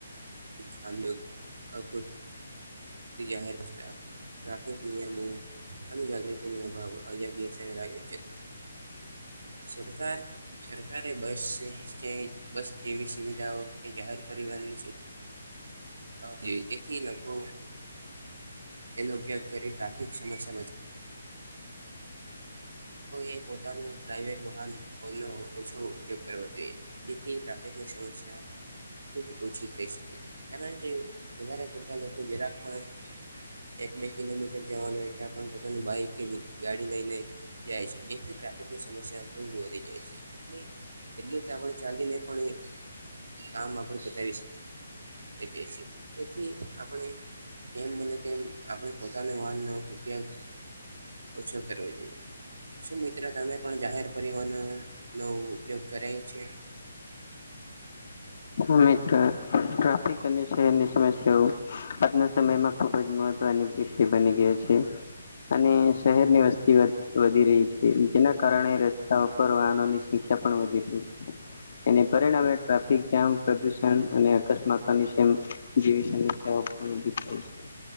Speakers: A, on the right (about 80°); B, on the left (about 55°).
A: <inaudible> તેથ જાહેર <inaudible> ટ્રાફિક નિયમો અને જાગૃતિ ના અભાવો અયોગ્ય સહેરા છે સરકાર સરકારે બસ સ્ટેન્ડ બસ જેવી સુવિધાઓ કે જાહેર પરિવહનની જોઈ જેથી લોકો તેનો ઉપયોગ કરી ટ્રાફિક સમસ્યા બ એ પોતાનું પ્રાઈવેટ વાહન નો ઓછો ઉપયોગ કરવાો જોઈએ જેથી ટ્રાફિકની સમસ્યા ખૂબ ઓછી થઈ શકે છે કારણ કે વધારે પડતા લોકો જરાકમાં એક બે કિલોમીટર જવાનુંય પોતાનું બાઈક કે ગાડી થી લઈ ને જાય છે જેથી ટ્રાફિકની સમસ્યા ખબ વધી જાય છે એ એટલું તો આપણે ચાલીને પણ કામ આપણે બતાવી શકીએ તે કહે છે એ તેથી આપણે એમ બને તેમ આપણે પોતાના વાહનનો ઉપયોગ ઓછો કરવો જોઈએ શું મિત્રો તમે પણ જાહેર પરિવહન નો ઉપયોગ કરે છે
B: હા મિત્ર ટ્રાફિક અને શહેરની સમસ્યાઓ આજના સમયમાં ખુબ જ મહત્વની વિષય બની ગયો છે અને શહેર ની વસ્તી વધી રહી છે જેના કારણે રસ્તાઓ પર વાહનોની સંખ્યા પણ વધી રહી છે એને પરિણામે ટ્રાફિક પ્રદુષણ અને અકસ્માતોની જેવી સમસ્યાઓ પણ ઉભી થાય છે